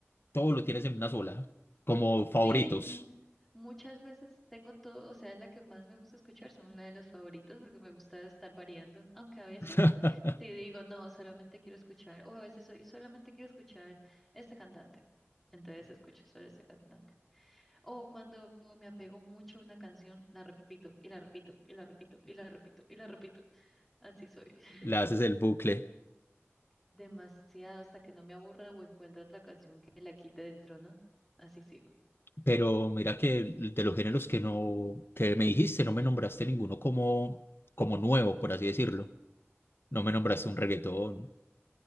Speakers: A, on the left; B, in the centre.
A: todo lo tienes en una sola, como favoritos.
B: Sí, mm, muchas veces tengo todo, o sea, la que más me gusta escuchar son una de los favoritos porque me gusta estar variando, aunque a veces
A: <laughs>
B: sí digo, no, solamente quiero escuchar, o a veces hoy solamente quiero escuchar este cantante. Entonces escucho solo este cantante. O cuando me apego mucho a una canción, la repito y la repito y la repito y la repito y la repito. Así soy. <laughs>
A: Le haces el bucle.
B: Demasiado hasta que no me aburra o encuentre otra canción que la quite del trono. Así sigo.
A: Pero mira que el- de los géneros que no, que me dijiste, no me nombraste ninguno como, como nuevo, por así decirlo. No me nombraste un reggaetón,